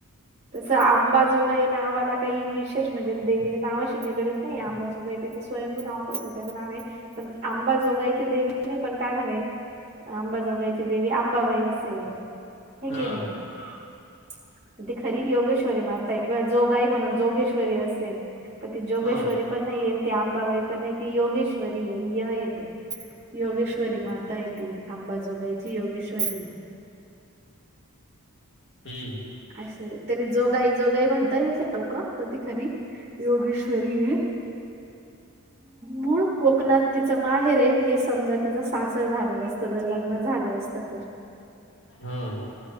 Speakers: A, on the right; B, on the left.
A: तसं आंबाजोगाई नावाला काही विशेष म्हणजे देवीच्या नावाशी निगडत नाही आंबाजोगाई ते <unintelligible> स्वयंभू नाव त्याच नाव आहे पण आंबाजोगायची देवी पण काय म्हणेल आंबाजोगायची देवी आंबाबाई असेल हे के
B: हा
A: नाही हम्म ती खरी योगेश्वरी माता आहे किंवा जोगाई म्हणून जोगेश्वरी असेल कती जोगेश्वरी
B: हा
A: पण नाही ते आंबाबाई पण नाही ती योगेश्वरी आहे य येत योगेश श्वरी माता य ती आंबाजोगाईची योगेश्वरी
B: हम्म
A: असं तरी जोगाई, जोगाई म्हणता येत लोक पण ती खरी योगेश्वरी ये मूळ कोकणात तिच माहेर हे समजा तिचं सासर झालं असत तर लग्न झालं असतं तर
B: हम्म